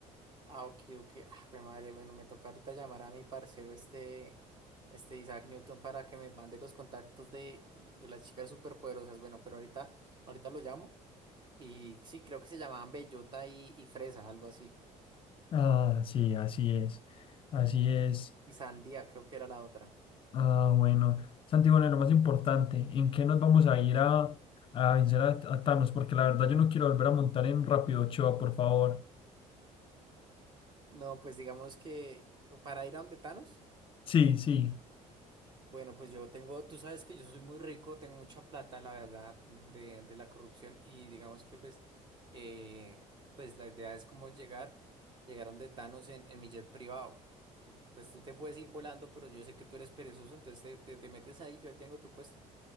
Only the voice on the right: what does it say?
Ah, ok, ok. Ah, jue madre, bueno, me toca ahorita llamar a mi parcero este, este Isaac Newton para que me mande los contactos de, de las chicas superpoderosas. Bueno, pero ahorita, ahorita lo llamo. Y sí, creo que se llamaban Bellota y, y Fresa, algo así.
Y Sandía, creo que era la otra.
No, pues digamos que para ir a donde Thanos.
Bueno, pues yo tengo, tú sabes que yo soy muy rico, tengo mucha plata, la verdad, de, de la corrupción y digamos que pues, eh, pues la idea es como llegar, llegar donde Thanos en, en mi jet privado. Pues tú te puedes ir volando, pero yo sé que tú eres perezoso, entonces te, te, te metes ahí, yo ahí tengo tu puesto.